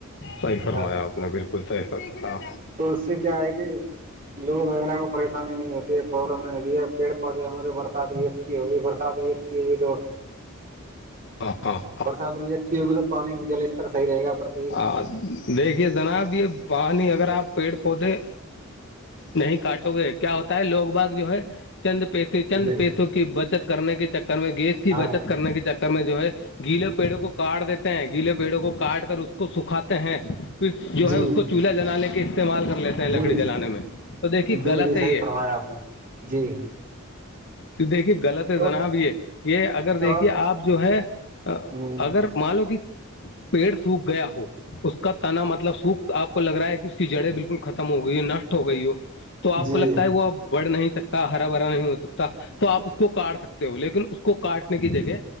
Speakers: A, on the left; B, on the right.
A: صحیح
B: ہاں
A: فرمایا
B: <unintelligible> ہاں
A: آپ نے بالکل صحیح فرمایا
B: تو اس سے کیا ہے کہ لوگ وغیرہ کو پریشانی نہیں ہوتی ہے پرابلم نہیں ہوتی ہے پیڑ پودے میں تو برسات بھی اچھی ہوگئی برسات بھیئی اچھی ہوئی تو
A: ا ہ <unintelligible>
B: برسات بھی اچھی ہوگی تو پانی جل اس طرحیحے گا <unintelligible>
A: ہ دیکھیے جناب یہ پانی اگر آپ پیڑ پودے نہیں کاٹو گے کیا ہوتا ہے لوگ باغ جو ہے چند پیس سے
B: جی
A: چند پیسوں کی بچت کرنے کے چکر میں گیس کی
B: ہاں
A: بچت کرنے کے چکر میں جو ہے گیلے پیڑوں کو کاٹ دیتے ہیں گیلے پیڑوں کو کاٹ کر اس کو سکھاتے ہیں پ جو
B: جی
A: ہے اس کو چولہا جلانے کے استعمال کر لیتے ہیں لکڑی
B: جی
A: جلانے میں تو دیکھیے
B: جی
A: غلط
B: جی صحیح
A: ہے یہ
B: فرمایا آپ نے جی
A: تو دیکھیے غلط ہے جناب
B: اور
A: یہ یہ اگر دیکھیے
B: اور
A: آپ جو ہے
B: جی
A: اگر مان لو کہ پیڑ سوکھ گیا ہو اس اس کا تنا مطلب سوکھ آپ کو لگ رہا ہے کہ اس کی جڑیں بالکل ختم ہو گئی ہے نٹ ہو گئی ہو تو آپ
B: جی
A: کو لگتا ہے وہ اب بڑھ نہیں سکتا ہرا بھرا نہیں ہو سکتا تو آپ اس کو کاٹ سکتے ہو لیکن اس کو کاٹنے کی جگہ